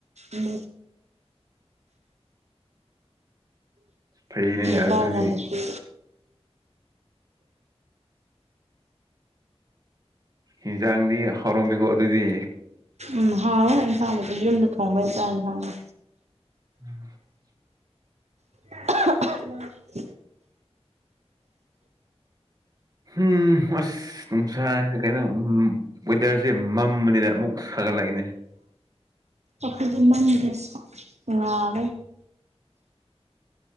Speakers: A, on the right; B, on the right.
A: ꯎꯝ
B: ꯐꯩꯅꯦ
A: ꯅꯨꯄꯥꯥ
B: ꯑꯗꯨꯗꯤ
A: ꯋꯥꯟ ꯊ꯭ꯔꯤ
B: ꯍꯤꯟꯖꯥꯡꯗꯤ ꯍꯥꯎꯔꯝꯃꯤꯒꯣ ꯑꯗꯨꯗꯤ
A: ꯎꯝ ꯍꯥꯎꯋꯦ ꯏꯟꯁꯥꯡꯕꯨꯗꯤ ꯌꯨꯝꯗ ꯊꯣꯡꯕꯩ ꯆꯥꯛ ꯑꯦꯟꯁꯥꯡꯅꯤ
B: <inaudible>
A: <unintelligible>
B: ꯍꯨꯝ ꯑꯁ ꯅꯨꯡꯁꯥꯖꯦ ꯀꯩꯅꯣ ꯎꯝ ꯋꯦꯗꯔꯖꯦ ꯃꯝꯕꯅꯤꯅ ꯑꯃꯨꯛ ꯁꯥꯒꯠꯂꯛꯏꯅꯦ
A: ꯑꯈꯣꯏꯗꯤ ꯃꯝꯗꯦ ꯁ ꯉꯥꯜꯂꯦ